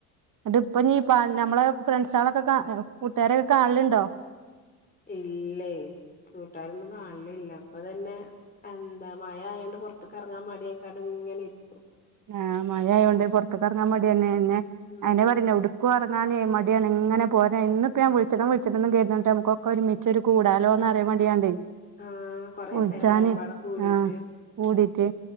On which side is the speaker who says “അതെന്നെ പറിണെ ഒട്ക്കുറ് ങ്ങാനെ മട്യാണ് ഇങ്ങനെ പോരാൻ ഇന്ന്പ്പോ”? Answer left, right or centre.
Right